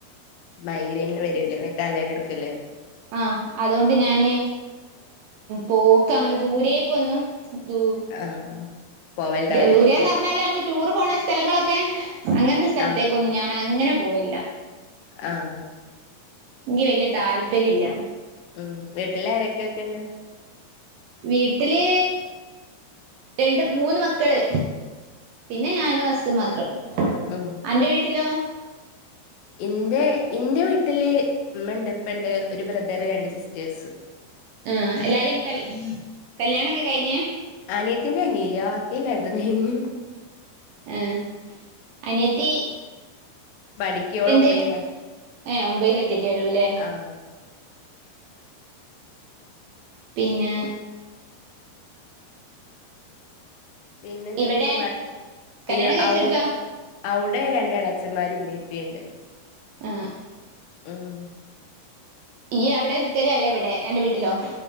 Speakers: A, on the left; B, on the right.
A: മൈഗ്രൈൻ വരല്ലേ തലേന്ന ഇടുക്കുവല്ലേ
B: ആ അതോണ്ട് ഞാന് പോക്ക അങ്ങനെ ദൂരേക്കൊന്നും ദൂ
A: ആഹ് പോവല്ണ്ടാവൂലല്ലേ
B: ദൂരേന്ന് പറഞ്ഞാല് അമ്മള് ടൂർ പോണ സ്ഥലങ്ങളൊക്കെ അങ്ങൻത്തെ സ്ഥലത്തേക്കൊന്നും
A: ആഹ്
B: ഞാൻ അങ്ങനെ പോവലില്ല.
A: ആഹ്
B: ഇൻക്ക് വല്യ താല്പര്യം ഇല്ല.
A: ഉം വീട്ടില ആരൊക്കൊക്കെന്നെ
B: വീട്ടില് രണ്ട് മൂന്ന് മക്കള് പിന്നെ ഞാനും ഹസ്സും മാത്രം
A: ആഹ്
B: അന്റെ വീട്ടിലൊ?
A: ഇന്റെ ഇന്റെ വീട്ടില് ഇമ്മണ്ട് ഇപ്പണ്ട് ഒരു ബ്രദറ് രണ്ട് സിസ്റ്റേഴ്സ്
B: ആ എല്ലാരിം കൽ കല്യാണൊക്കെ കഴിഞ്ഞേയ
A: അനിയത്തിന്റെ കയിഞ്ഞില്ല വാക്കി എല്ലാരതും കയിഞ്ഞ്.
B: ഏഹ് അനിയത്തി
A: പഠിക്ക ഓള്
B: എന്തെയ്യ്ണ്?
A: ഒമ്പേലാ
B: ഏഹ് ഒമ്പതില് എത്തിറ്റേ ഒള്ളൂലെ
A: ആഹ്
B: പിന്നെ
A: പിന്നെന്തൊക്കെയ
B: ഇവിടെ
A: <inaudible>
B: കല്യാണം കഴിച്ചെടുത്തോ
A: അവ്ടെ അവുടെ രണ്ട് എളച്ചന്മാരും ഇമ്മി, ഇപ്പിണ്ട്
B: ആഹ്
A: ആഹ്
B: ഇയ അവിടെ നിക്കലു അല്ലേ ഇവിടെ എന്റെ വീട്ടിലോ